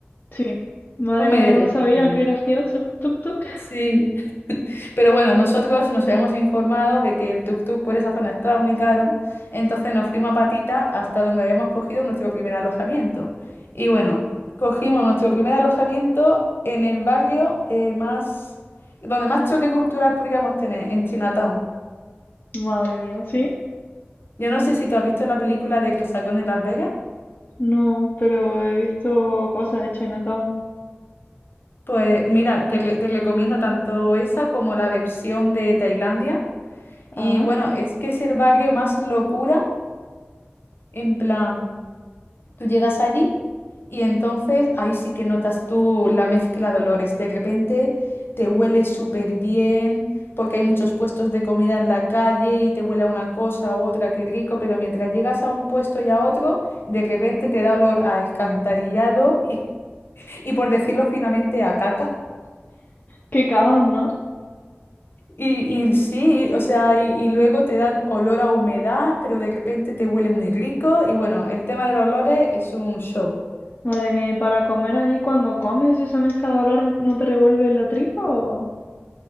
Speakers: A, on the left; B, on the left.
A: sí. Madre
B: Un
A: mía,
B: medio
A: no
B: de
A: lo
B: transporte
A: sabía,
B: allí.
A: qué gracioso. ¿Tuk tuk?
B: Sí. Pero bueno, nosotros nos habíamos informado de que el tuk-tuk por esa zona estaba muy caro, entonces nos fuimos a patita hasta donde habíamos cogido nuestro primer alojamiento. Y bueno, cogimos nuestro primer alojamiento en el barrio eh, más, donde más choque cultural podríamos tener, en Chinatown.
A: Madre mía, ¿sí?
B: Yo no sé si tú has visto la película de Resacón en Las Vegas.
A: No, pero he visto cosas de Chinatown.
B: Pues mira, te, re- te recomiendo tanto esa como la versión de Tailandia. Y
A: Ah,
B: bueno, es que es el barrio más locura, en plan. Tú llegas allí y entonces ahí sí que notas tú la mezcla de olores. De repente te huele súper bien porque hay muchos puestos de comida en la calle y te huele a una cosa a otra, qué rico, pero mientras llegas a un puesto y a otro, de repente te da olor a alcantarillado y, <laughs> y por decirlo finamente, a caca.
A: qué caos, ¿no?
B: Y, y sí, y- o sea, y, y luego te dan olor a humedad, pero de repente te huele muy rico y bueno, el tema de los olores es un show.
A: Madre mía, ¿y para comer allí cuando comes esa mezcla de olores no te revuelve la tripa o...?